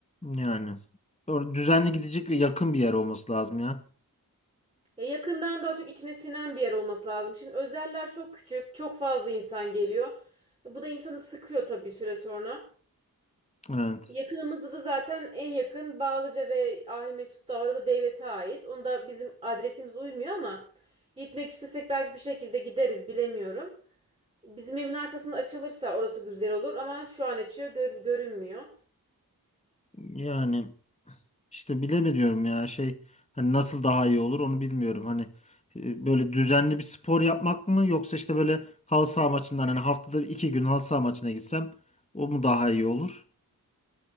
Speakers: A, on the left; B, on the right.
A: Yani Or- düzenli gidecek ve yakın bir yer olması lazım ya.
B: ya yakından da çok içine sinen bir yer olması lazım. Şimdi özeller çok küçük, çok fazla insan geliyor. E, bu da insanı sıkıyor tabii bir süre sonra.
A: Evet.
B: Yakınımızda da zaten en yakın Bağlıca ve Ahimesut da var. O da devlete ait. Onda bizim adresimiz uymuyor ama gitmek istesek belki bir şekilde gideriz bilemiyorum. Bizim evin arkasında açılırsa orası güzel olur ama şu an açıyor gör- görünmüyor.
A: Yani işte bilemiyorum ya şey hani nasıl daha iyi olur onu bilmiyorum. Hani e, böyle düzenli bir spor yapmak mı yoksa işte böyle halı saha maçından hani haftada iki gün halı saha maçına gitsem o mu daha iyi olur?